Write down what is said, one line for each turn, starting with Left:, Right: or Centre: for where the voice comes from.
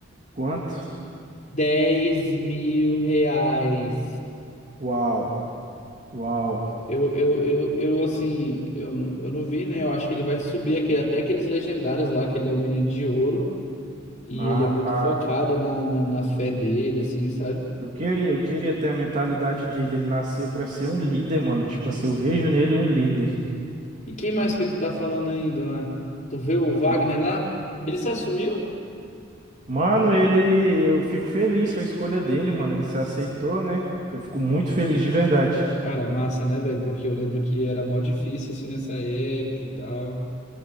Right: Quanto?
Left: Dez mil reais.
Right: Uau, uau.
Left: Eu, eu, eu, eu assim, eu, eu não vi, né? Eu acho que ele vai subir aquele, até aqueles legendários lá, que ele é um menino de ouro, e
Right: Ah,
Left: ele é muito
Right: tá.
Left: focado na, na, na fé dele, assim, sabe?
Right: Eu queria, eu queria ter a mentalidade dele. Ele nasceu pra ser um líder, mano. Tipo assim, eu vejo nele um líder.
Left: E quem mais que tu tá falando ainda lá? Tu vê o Wagner
Right: Eu-
Left: lá? Ele se assumiu?
Right: Mano, ele, eu fico feliz com a escolha dele, mano. Ele se aceitou, né? Eu fico muito feliz de verdade.
Left: Cara, massa, né, velho? Porque eu lembro que era mó difícil, assim, nessa época e tal.